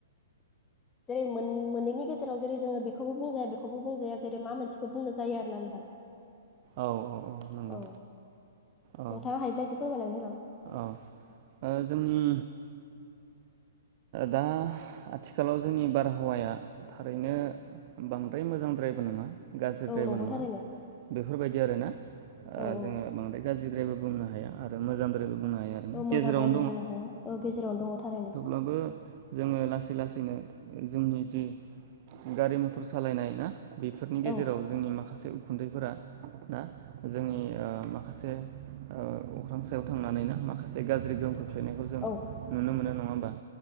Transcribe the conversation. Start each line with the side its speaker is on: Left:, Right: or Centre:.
Left: <inaudible> जेरै मोन-मोननैनि गेजेराव जेरै जोङो बेखौबो बुंजाया बेखौबो बुंजाया जेरै मा मोनसेखौ बुंनो जायो आरना नोंथां।
Right: औ औ नंगौ
Left: औ
Right: औ
Left: नोंथाङा हायोब्ला एसे फोरमायनानै होलां
Right: औ ओ जोंनि दा आथिखालाव जोंनि बारहावाया थारैनो बांद्राय मोजांद्रायबो नङा गाज्रिद्रायबो
Left: औ नंगौ
Right: नङा
Left: थारैनो
Right: बेफोरबायदि आरोना ओ
Left: औ औ
Right: जोङो बांद्राय गाज्रिद्रायबो बुंनो हाया आरो मोजांद्रायबो बुंनो हाया आरोना
Left: औ
Right: गेजेरावनो
Left: मोजांद्रायबो बुंनो हाया औ गेजेरावनो दङ थारैनो
Right: बो जोङो लासै लासैनो जोंनि जि गारि मथर सालायनाय ना बेफोरनि गेजेराव
Left: औ
Right: जोंनि माखासे उखुन्दै फोरा ना जोंनि माखासे अख्रां सायाव थांनानैनो माखासे गाज्रि गोहोम खोख्लैनायखौ जों
Left: औ
Right: नुनो मोनो नङा ओ